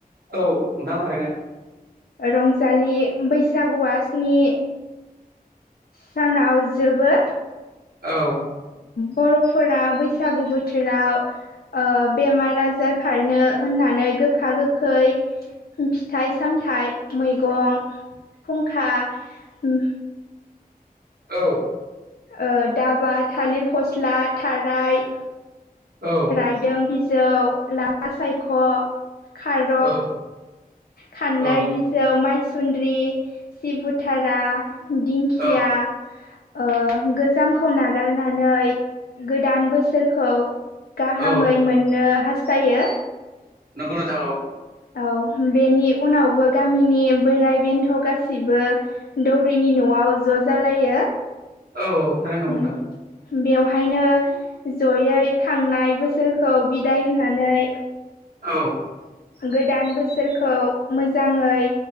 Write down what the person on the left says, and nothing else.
रंजालि बैसागुवा स्नि सानाव जोबो
बर'फोरा बैसागु बोथोराव ओ बेमार आजार खारनो होननानै गोखा गोखै फिथाइ सामथाइ मैगं फुंखा उम
ओ दाबा थालिर फस्ला थाराय
रायदों बिजौ लाफा सायख' खार'
खान्दाय
बि जौ मायसुन्द्रि सिबुथारा दिंखिया
ओ गोजामखौ नागारनानै गोदान बोसोरखौ गाहामै
मोननो हास्थायो
औ बेनि उनावबो गामिनि बोराय बेन्थ' गासिबो दौरिनि न'आव ज' जालायो
उम
बेवहायनो जयै थांनाय बोसोरखौ बिदाय होनानै
गोदान बोसोरखौ मोजाङै